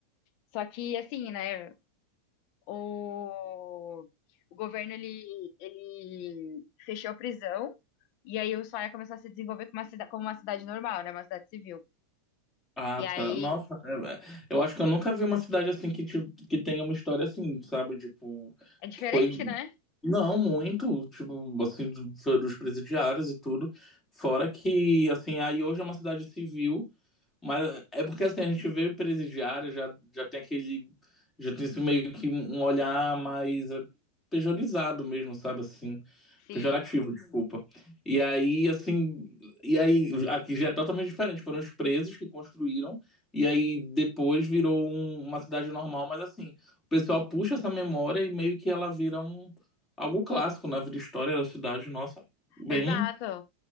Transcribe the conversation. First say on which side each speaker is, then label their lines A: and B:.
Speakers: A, on the left; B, on the left.
A: Só que assim, né, o, o governo ele, ele fechou a prisão. E aí o Ushuaia começou a se desenvolver como uma cida- como uma cidade normal, né? Uma cidade civil.
B: Ah,
A: E
B: tá.
A: aí
B: Nossa, é, é, eu acho que eu nunca vi uma cidade assim que, te- que tenha uma história assim, sabe? Tipo,
A: é diferente,
B: que foi.
A: né?
B: Não, muito, tipo, assim, do- foi dos presidiários e tudo. Fora que, assim, aí hoje é uma cidade civil. Mas é porque assim, a gente vê o presidiário, já, já tem aquele. Já tem esse meio que um olhar mais eh, pejorizado mesmo, sabe? Assim.
A: Sim,
B: Pejorativo, Uhum. desculpa. E aí, assim. E aí, aqui já é totalmente diferente. Foram os presos que construíram, e aí depois virou um- uma cidade normal, mas assim, o pessoal puxa essa memória e meio que ela vira um, algo clássico na vida e história da cidade, nossa. Bem
A: exato.